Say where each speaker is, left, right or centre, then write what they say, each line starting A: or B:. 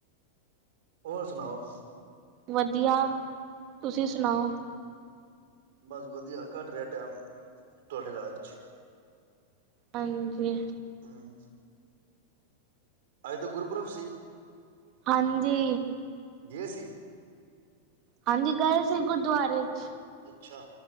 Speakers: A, on the right; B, on the right.
A: ਹੋਰ ਸੁਣਾਓ।
B: ਵਧੀਆ ਤੁਸੀਂ ਸੁਣਾਓ।
A: ਬਸ ਵਧੀਆ ਕੱਟ ਰਿਹਾ ਟਾਈਮ ਤੁਹਾਡੇ ਰਾਜ ਚ।
B: ਹਾਂਜੀ।
A: ਹਾਂ ਜੀ। ਅੱਜ ਤਾਂ ਗੁਰਪੁਰਬ ਸੀ।
B: ਹਾਂਜੀ।
A: ਗਏ ਸੀ?
B: ਹਾਂਜੀ ਗਏ ਸੀ, ਗੁਰਦੁਆਰੇ ਚ।
A: ਅੱਛਾ।